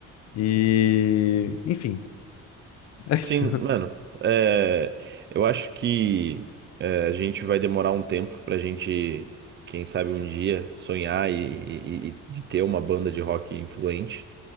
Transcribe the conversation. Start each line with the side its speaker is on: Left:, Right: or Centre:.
Left: E, enfim, é isso.
Right: Sim,
Left: <laughs>
Right: mano, é, eu acho que é, a gente vai demorar um tempo pra gente, quem sabe um dia, sonhar e, e- e de ter uma banda de rock influente.